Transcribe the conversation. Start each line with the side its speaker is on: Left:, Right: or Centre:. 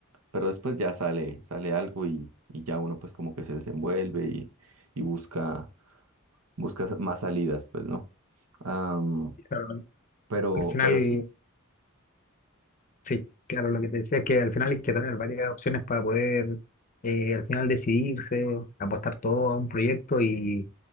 Right: pero después ya sale, sale algo y, y ya uno pues como que se desenvuelve y, y busca, busca más salidas, pues, ¿no? Am,
Left: claro.
Right: pero,
Left: Al final,
Right: pero sí.
Left: sí, claro, lo que te decía es que al final hay que tener varias opciones para poder eh, al final decidirse, apostar todo a un proyecto y,